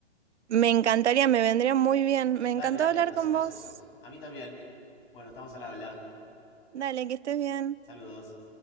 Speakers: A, on the right; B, on the left.
A: Me encantaría, me vendría muy bien. Me
B: Dale,
A: encantó
B: dale,
A: hablar
B: hacemos
A: con vos.
B: eso. A mí también. Bueno, estamos al habla.
A: Dale, que estés bien.
B: Saludos.